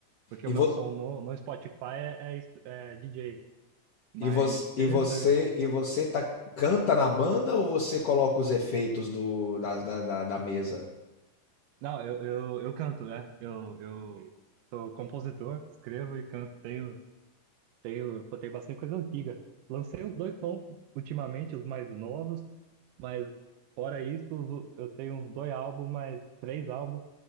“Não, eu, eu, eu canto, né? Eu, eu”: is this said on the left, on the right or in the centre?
Right